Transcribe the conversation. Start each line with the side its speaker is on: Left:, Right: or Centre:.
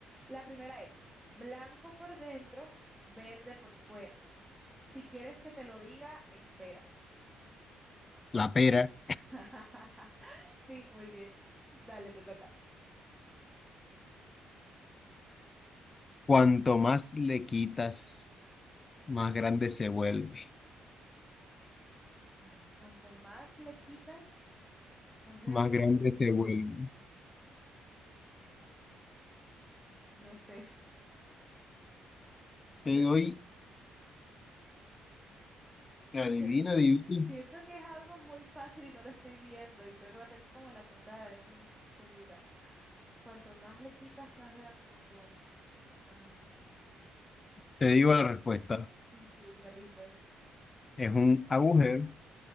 Centre: La primera es blanco por dentro, verde por fuera. Si quieres que te lo diga, espera.
Left: La pera,
Centre: <laughs> Sí, muy bien. Dale, te toca.
Left: cuanto más le quitas, más grande se vuelve,
Centre: A ver, cuanto más le quitas, más grande
Left: más grande
Centre: se vuelve.
Left: se vuelve.
Centre: No sé, <laughs> siento
Left: Te doy,
Centre: que,
Left: adivina,
Centre: sien-
Left: adivina.
Centre: siento que es algo muy fácil y no lo estoy viendo y creo que lo tengo como en la punta de la lengua y no estoy segura. Cuanto más le quitas, más grande se pone. Ah,
Left: Te digo
Centre: no,
Left: la respuesta.
Centre: sí, sí, me rindo. <gasps>
Left: Es un agujero,